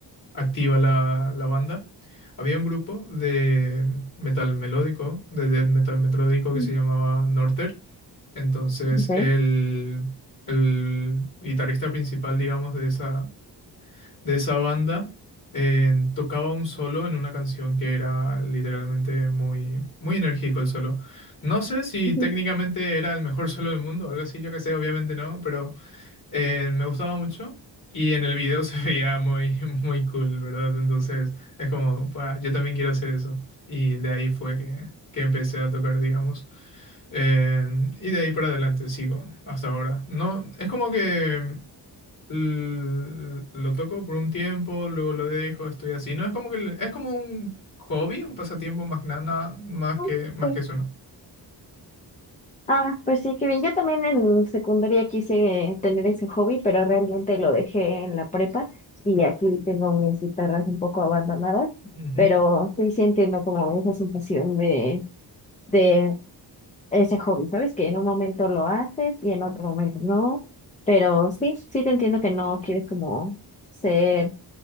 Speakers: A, on the left; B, on the left.
A: activa la, la banda. Había un grupo de metal melódico, de death metal melódico que
B: Mm,
A: se llamaba Norter. Entonces,
B: Ok.
A: el, el guitarrista principal, digamos, de esa, de esa banda, eh, tocaba un solo en una canción que era literalmente muy, muy enérgico el solo. No sé si
B: Ujú.
A: técnicamente era el mejor solo del mundo, algo así, yo qué sé, obviamente no, pero eh, me gustaba mucho y en el video se <laughs> veía muy, muy cool, ¿verdad? Entonces es como, "Fua, yo también quiero hacer eso. Y de ahí fue que, que empecé a tocar, digamos. Eh, y de ahí para adelante sigo hasta ahora. No, es como que l- lo toco por un tiempo, luego lo dejo, estoy así. No, es como que l- es como un hobby, un pasatiempo más que nada, más
B: Ah,
A: que, más
B: sí.
A: que eso, ¿no?
B: Ah, pues sí, qué bien. Yo también en secundaria quise tener ese hobby, pero realmente lo dejé en la prepa y aquí tengo mis guitarras un poco abandonadas,
A: Ujú.
B: pero sí, sí entiendo como esa sensación de, de ese hobby, ¿sabes? Que en un momento lo haces y en otro momento no, pero sí, sí te entiendo que no quieres como ser